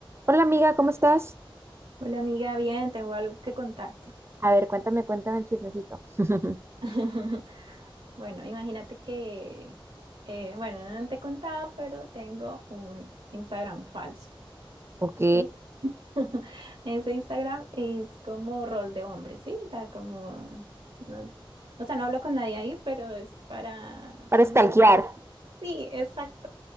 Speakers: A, on the right (about 30°); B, on the right (about 85°).
A: Hola amiga, ¿cómo estás?
B: Hola amiga, bien, tengo algo que contarte.
A: A ver, cuéntame, cuéntame el chismecito. <laughs>
B: <laughs> Bueno, imagínate que, eh, bueno, no te he contado, pero tengo un Instagram falso,
A: Ok,
B: ¿sí? <laughs> Ese Instagram es como rol de hombre, ¿sí? O sea, como, no- o sea, no hablo con nadie ahí, pero es para chismosear.
A: para stalkear.
B: Sí, exacto.